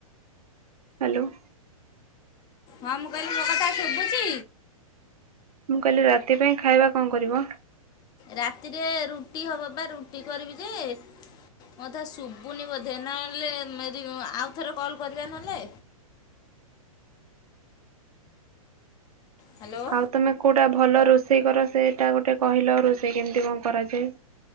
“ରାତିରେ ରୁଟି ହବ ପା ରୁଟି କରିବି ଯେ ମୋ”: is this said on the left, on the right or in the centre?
Left